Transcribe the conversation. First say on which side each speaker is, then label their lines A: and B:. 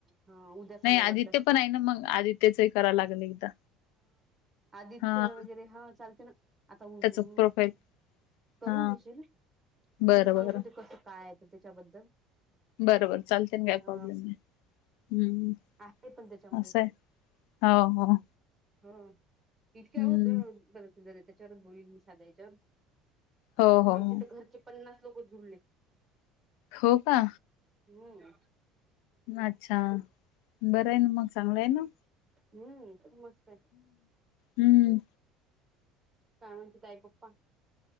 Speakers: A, on the right (about 15°); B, on the left (about 75°).
A: हा उद्या सांगाल
B: नाही आदित्य
A: वाटल्यास
B: पण आहे ना मग आदित्यचंही करावला लागल एकदा
A: साहित्य
B: हा
A: वगैरे हा चालते ना आता व
B: त्याच प्रोफाईल
A: व करून
B: हा
A: घेशील ना मी
B: बरं
A: तुला सांगतो
B: बरं
A: ते कसं काय आहे त्याच्याबद्दल
B: बर, बर चालते ना काय
A: अ
B: प्रॉब्लेम नाही हम्म
A: आहे पण त्याच्यामध्ये
B: असंय हो, हो
A: ह इतक्या
B: हम्म
A: <unintelligible>
B: हो हो
A: आमच्या
B: हो
A: तर घरचे पन्नास लोक जुडलेत.
B: हो का.
A: हम्म
B: अच्छा, बरं आहे न मग चांगला आहेना.
A: हम्म, मस्त आहे.
B: हम्म
A: काय म्हणते ताई पप्पा.